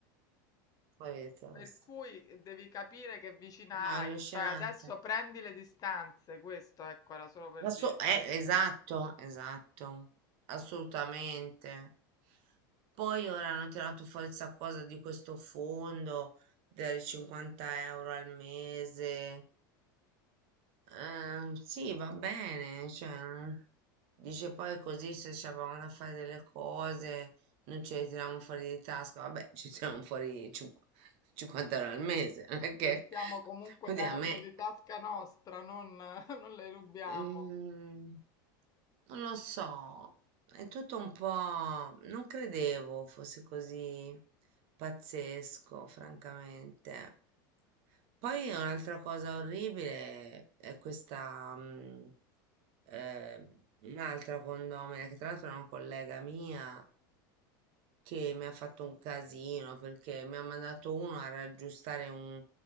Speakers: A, on the right; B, on the left.
A: poi basta.
B: per cui eh, devi capire che vicina
A: Ah,
B: hai,
A: allucinante.
B: cioè adesso prendi le distanze, questo ecco era solo per
A: Assu-
B: dirti.
A: eh,
B: eh.
A: esatto, esatto, assolutamente. Poi ora hanno tirato fuori questa cosa di questo fondo dei 50 euro al mese. Eh, sì, va bene, cioè, dice poi così se ci avevamo da fare delle cose non ce le tiriamo fuori di tasca, vabbè, <laughs> ci tiriamo fuori 50 euro al mese, non è che,
B: Le stiamo
A: <laughs>
B: comunque
A: Oddio,
B: dando
A: a me...
B: di tasca nostra, non, <laughs> non le rubiamo.
A: Mm, Non lo so, è tutto un po'... Non credevo fosse così pazzesco, francamente. Poi un'altra cosa orribile è questa, mm, eh, un'altra condomina, che tra l'altro è una collega mia, che mi ha fatto un casino perché mi ha mandato uno a raggiustare un,